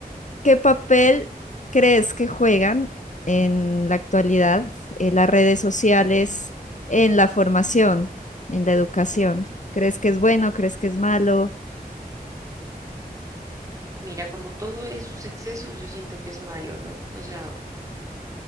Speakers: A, on the left (about 50°); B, on the right (about 20°).
A: ¿Qué papel crees que juegan en la actualidad eh, las redes sociales en la formación, en la educación? ¿Crees que es bueno? ¿Crees que es malo?
B: Mira, como todo en sus excesos, yo siento que es malo, ¿no? O sea,